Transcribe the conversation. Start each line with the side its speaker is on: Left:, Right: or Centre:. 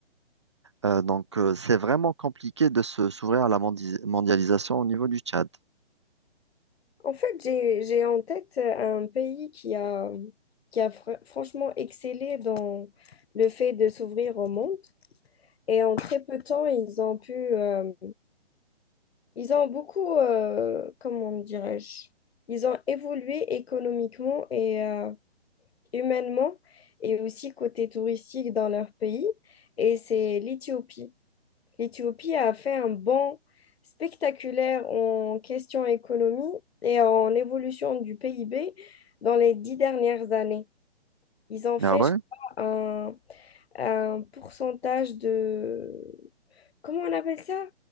Right: Euh, donc, euh, c'est vraiment compliqué de se s'ouvrir à la mondi- mondialisation au niveau du Tchad.
Left: En fait, j'ai, j'ai en tête euh, un pays qui a, qui a fr- franchement excellé dans le fait de s'ouvrir au monde. Et en très peu de temps, ils ont pu, euh, ils ont beaucoup, euh, comment dirais-je, ils ont évolué économiquement et euh, humainement et aussi côté touristique dans leur pays. Et c'est l'Éthiopie. L'Éthiopie a fait un bond spectaculaire en question économie et en évolution du PIB dans les dix dernières années. Ils ont fait,
Right: Ah ouais?
Left: je crois, un, un pourcentage de... Comment on appelle ça?